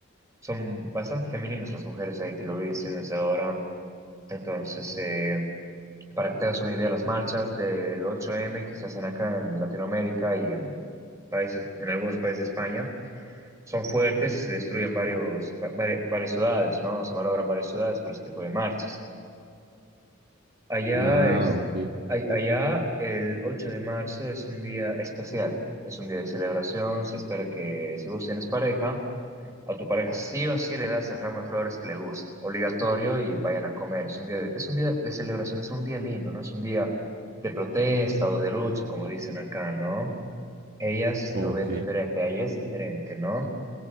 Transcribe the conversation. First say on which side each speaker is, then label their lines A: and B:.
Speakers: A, on the right; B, on the right.
A: son bastante femeninas las mujeres ahí, te lo voy diciendo desde ahora. Entonces, eh, para que te hagas una idea, las marchas del 8M que se hacen acá en Latinoamérica y en países, en algunos países de España, son fuertes y se destruyen varios, va- vari- varias ciudades, ¿no? Se malogran varias ciudades por este tipo de marchas. Allá
B: Ah,
A: es,
B: ok,
A: ay- allá el 8 de marzo es un día especial, es un día de celebración, se espera que si vos tienes pareja, a tu pareja sí o sí le das el ramo de flores que le gusta, obligatorio y vayan a comer, es un día de, es un día de celebración, es un día lindo, no es un día de protesta o de lucha como dicen acá, ¿no? Ellas este,
B: ok.
A: lo ven diferente, a ella es diferente, ¿no?